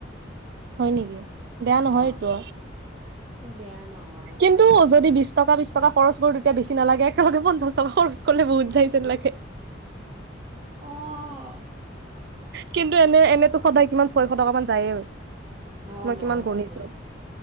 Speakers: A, on the right (about 60°); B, on the right (about 35°).
A: হয় নেকি বেয়া নহয়
B: অ
A: এইটো
B: টো বেয়া নহয়
A: কিন্তু
B: তো
A: যদি বিশ টকা বিশ টকা খৰচ কৰো তেতিয়া বেছি নালাগে একেলোকে পঞ্চাশ টকা খৰচ কৰলে বহুত সেইবিলাকে
B: অঁ
A: কিন্তু এনে এনেতো সদায় কিমান ছয়শ টকা মান যায়ে
B: অ
A: মই
B: ন
A: কিমান গণিছো।
B: তাকে